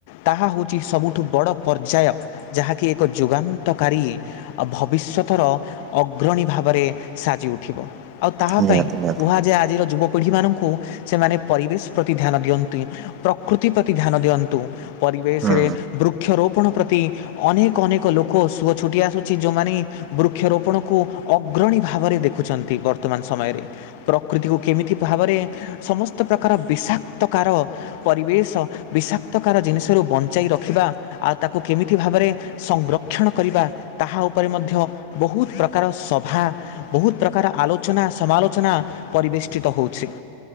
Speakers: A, on the left; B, on the right.
A: ତାହା ହୋଉଚି ସବୁଠୁ ବଡ଼ ପର୍ଯ୍ୟାୟ। ଯାହାକି ଏକ ଯୋଗାନ୍। ଗତକାରୀ ଭବିଷ୍ୟତର ଅଗ୍ରଣୀ ଭାବରେ ସାଜି ଉଠିବ। ଆଉ ତାହା
B: ନିହାତି
A: ପାଇଁ
B: ନିହାତି
A: କୁହାଯାଏ ଆଜିର ଯୁବପିଢ଼ିମାନଙ୍କୁ କୁ ସେମାନେ ପରିବେଶ ପ୍ରତି ଧ୍ୟାନ ଦିଅନ୍ତି ପ୍ରକୃତି ପ୍ରତି ଧ୍ୟାନ ଦିଅନ୍ତୁ। ପରିବେଶରେ
B: ହଁ
A: ବୃକ୍ଷରୋପଣ ପ୍ରତି ଅନେକ ଅନେକ ଲୋକ ସୁଅ ଛୁଟି ଆସୁଛି ଯୋଉମାନେ ବୃକ୍ଷରୋପଣକୁ ଅଗ୍ରଣୀ ଭାବରେ ଦେଖୁଚନ୍ତି ବ ବର୍ତ୍ତମାନ ସମୟରେ ପ୍ରକୃତିକୁ କେମିତି ଭାବରେ ସମସ୍ତ ପ୍ରକାର ବିଷାକ୍ତକାର ପରିବେଶ ବିଷାକ୍ତକାର ଜିନିଷରୁ ବଞ୍ଚାଇ ରଖିବା ଆଉ ତାକୁ କେମିତି ଭାବରେ ସଂଗ୍ର କ୍ଷଣ କରିବା ତାହା ଉପରେ ମଧ୍ୟ ବହୁତ ପ୍ରକାର ସଭା ବହୁତ ପ୍ରକାର ଆଲୋଚନା ସମାଲୋଚନା ପରିବେଷ୍ଟିତ ହଉଛି।